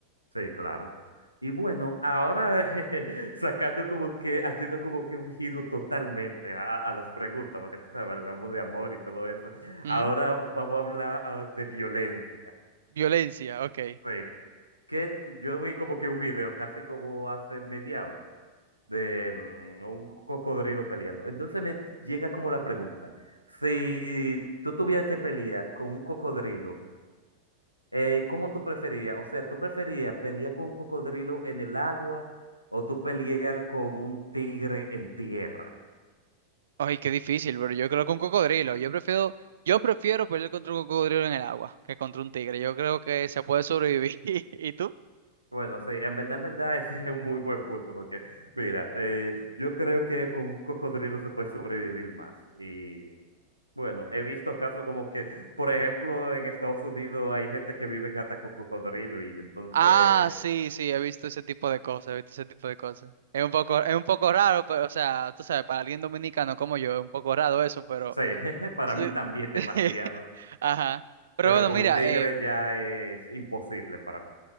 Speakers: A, on the right (about 85°); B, on the right (about 65°).
A: Sí, claro. Y bueno, ahora <laughs> sacando como que, haciendo como que un giro totalmente a, a las preguntas, porque tú sabes, hablamos de amor y todo eso.
B: Ujú.
A: Ahora vamos a hablar ah, de violencia.
B: Violencia, ok.
A: Sí. Que t- yo vi como que un video, casi como hace media hora, de mm, un cocodrilo peleando. Entonces me llega como la pregunta, si tú tuvieras que pelear con un cocodrilo, eh, ¿cómo tú preferirías? O sea, ¿tú preferirías pelear con un cocodrilo en el agua o tú pelear con un tigre en tierra?
B: Ay, qué difícil, pero yo creo que un cocodrilo. Yo prefiero, yo prefiero pelear contra un cocodrilo en el agua que contra un tigre. Yo creo que se puede sobrevivir. <laughs> ¿Y tú?
A: Bueno, sí, en verdad, en verdad, <laughs> ese es un muy buen punto porque, mira, eh, yo creo que con un cocodrilo se puede sobrevivir más. Y bueno, he visto casos como que, por ejemplo, en Estados Unidos hay gente que vive en hasta con cocodrilo y entonces,
B: Ah, sí, sí, he visto ese tipo de cosas, he visto ese tipo de cosas. Es un poco, es un poco raro, pero, o sea, tú sabes, para alguien dominicano como yo, es un poco raro eso, pero
A: sí, <laughs> para
B: sí.
A: mí también demasiado,
B: <laughs> Ajá. Pero
A: pero
B: bueno,
A: con
B: mira,
A: un tigre
B: eh,
A: ya es imposible para mí.